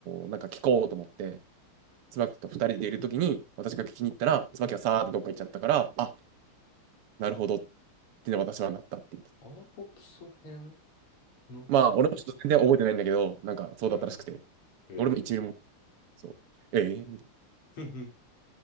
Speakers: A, on the right; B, on the left.
A: ーなんか聞こうと思って、椿と二人でいる時に、私が聞きに行ったら、椿がさーってどっか行っちゃったから、あ、なるほどってね、私はなったって言って。
B: アワポ基礎編ノート。
A: まあ、俺もちょっと全然覚えてないんだけど、なんかそうだったらしくて。
B: うん。へえ。
A: 俺も一ミリも、
B: <laughs>
A: そう。ええーみたいな
B: ふふ